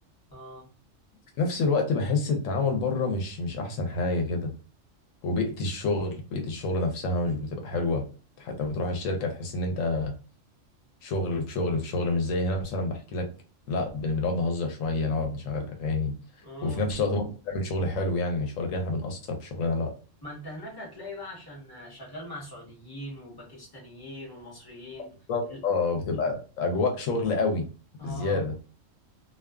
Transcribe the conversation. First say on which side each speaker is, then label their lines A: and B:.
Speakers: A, on the left; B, on the left.
A: اه
B: في نفس الوقت بحس التعامل بره مش مش احسن حاجة كده وبيئة الشغل بيئة الشغل نفسها مش بتبقى حلوة حتى بتروح الشركة تحس ان انت شغل في شغل في شغل مش زي هنا مثلا بحكي لك لا بن- بنقعد نهزر شوية نقعد نشغل اغاني
A: اه
B: وفي نفس الوقت برضه بنعمل شغل حلو يعني مش ولا كده احنا بنقصر في شغلنا لا
A: ما انت هناك هتلاقي بقى عشان شغال مع سعوديين وباكستانيين ومصريين
B: بالظبط.
A: ال-
B: اه بتبقى اجواء شغل قوي
A: اه
B: بزيادة